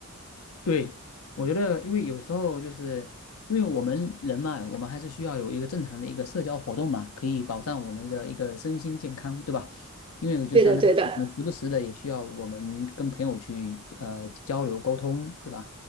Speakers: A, on the left; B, on the right.
A: 对，我觉得因为有时候就是因为我们人嘛，我们还是需要有一个正常的一个社交活动嘛，可以保障我们的一个身心健康，对吧？因为就相当于我们时不时的也需要我们跟朋友去呃交流沟通，
B: 对的，对的。
A: 对吧？